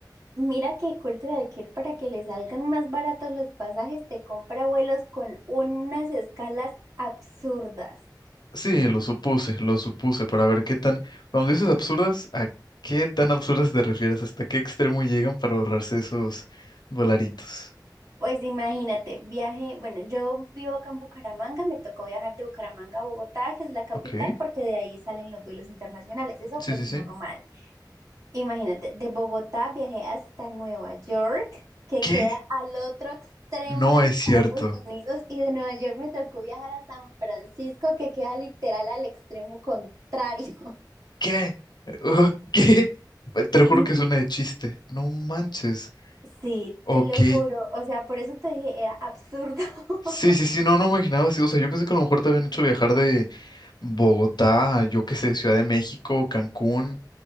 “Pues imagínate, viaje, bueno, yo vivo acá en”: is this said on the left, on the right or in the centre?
Right